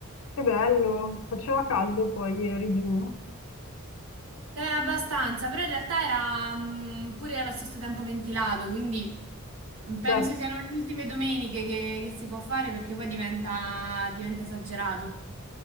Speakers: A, on the left; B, on the right.
A: Che bello, faceva caldo poi ieri giù.
B: È abbastanza, però in realtà era mm, pure allo stesso tempo ventilato, quindi mm, penso
A: Beh,
B: siano le ultime domeniche che, che si può fare perché poi diventa, diventa esagerato.